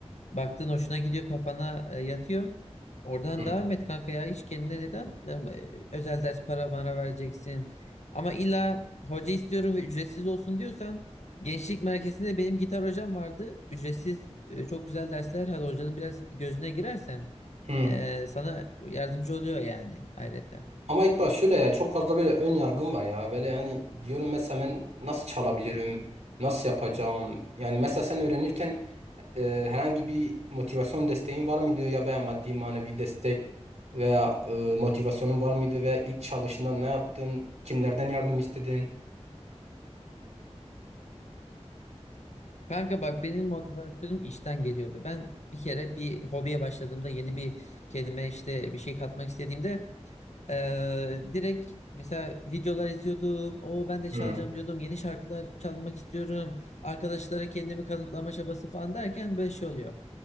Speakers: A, on the left (about 80°); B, on the right (about 85°).
A: Baktın hoşuna gidiyor kafana e, yatıyor. Oradan
B: Hı.
A: devam et kanka ya hiç kendine neden e, özel ders para bana vereceksin. Ama illa hoca istiyorum ve ücretsiz olsun diyorsan gençlik merkezinde benim gitar hocam vardı. Ücretsiz e, çok güzel dersler. Hadi hocanın biraz gözüne girersen
B: Hı.
A: e, sana yardımcı oluyor yani ayrıca.
B: Ama ilk baş şöyle ya çok fazla böyle ön yargım var ya. Böyle yani diyorum mesela ben nasıl çalabilirim? Nasıl yapacağım? Yani mesela sen öğrenirken e, herhangi bir motivasyon desteğin var mıydı ya veya maddi manevi destek veya e, motivasyonun var mıydı veya ilk çalışında ne yaptın? Kimlerden yardım istedin?
A: Kanka bak benim motivasyonum işten geliyordu. Ben bir kere bir hobiye başladığımda yeni bir kendime işte bir şey katmak istediğimde Ee, direkt mesela videolar izliyordum. O ben de çalacağım
B: Hı.
A: diyordum. Yeni şarkılar çalmak istiyorum. Arkadaşlara kendimi kanıtlama çabası falan derken böyle şey oluyor.